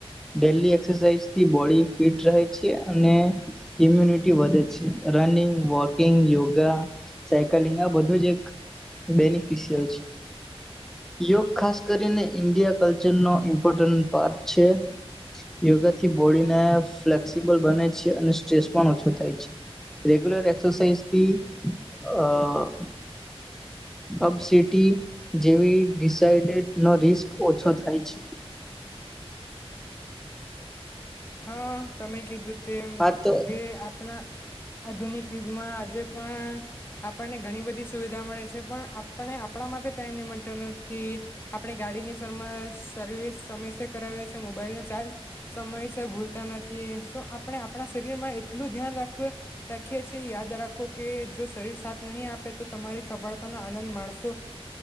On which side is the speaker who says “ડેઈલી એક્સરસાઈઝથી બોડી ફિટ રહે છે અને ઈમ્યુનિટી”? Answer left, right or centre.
Centre